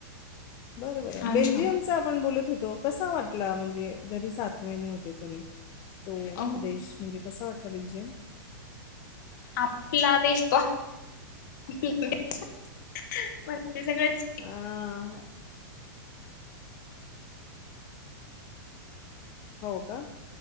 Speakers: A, on the left (about 35°); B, on the left (about 60°).
A: बरं... -बरं...
B: अच्छा
A: बेल्जियमचा, आपण बोलत होतो. कसा वाटला, म्हणजे जरी सात महिने होते. तरी तो
B: अहो,
A: देश. म्हणजे कसा वाटला? बेल्जियम.
B: आपला देश तो. <unintelligible> म्हण सगळ <inaudible>
A: अ हो, का